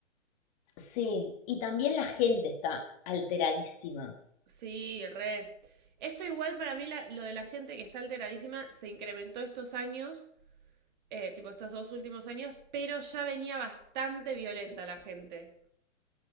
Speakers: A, on the left (about 30°); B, on the right (about 40°).
A: Sí, y también la gente está alteradísima.
B: Sí, re. Esto igual para mí, la- lo de la gente que está alteradísima, se incrementó estos años, eh, tipo estos dos últimos años, pero ya venía bastante violenta la gente.